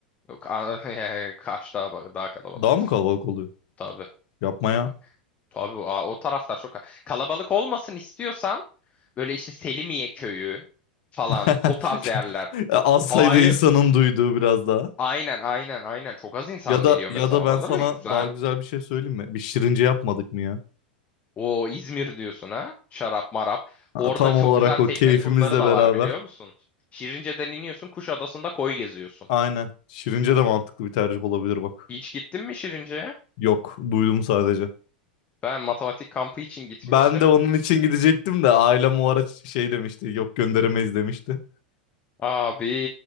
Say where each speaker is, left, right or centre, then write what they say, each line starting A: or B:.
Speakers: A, on the left (about 30°); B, on the left (about 60°).
A: Yok, <laughs> Kaş daha, daha kalabalık
B: Daha mı kalabalık oluyor?
A: tabii.
B: Yapma
A: Tabii.
B: ya.
A: Tabii o, o taraflar çok kalabalık olmasın istiyorsan böyle işte Selimiye köyü falan
B: <laughs>
A: o tarz yerler.
B: Az
A: Hayır.
B: sayıda insanın duyduğu biraz daha.
A: Aynen aynen aynen çok az insan
B: Ya da
A: biliyor
B: ya
A: mesela
B: da ben
A: oraları
B: sana
A: ve güzel.
B: daha güzel bir şey söyleyeyim mi? Bir şirince yapmadık mı ya?
A: O İzmir diyorsun ha şarap marap.
B: Ha,
A: Orada
B: tam
A: çok
B: olarak
A: güzel tekne
B: o keyfimizle
A: turları da
B: beraber.
A: var biliyor musun? Şirince'den iniyorsun Kuşadası'nda koy geziyorsun.
B: Aynen. Şirince de mantıklı bir tercih olabilir bak.
A: Hiç gittin mi Şirince'ye?
B: Yok, duydum sadece.
A: Ben matematik kampı için gitmiştim.
B: Ben de onun için gidecektim de ailem o ara şey demişti, yok gönderemeyiz demişti.
A: Abi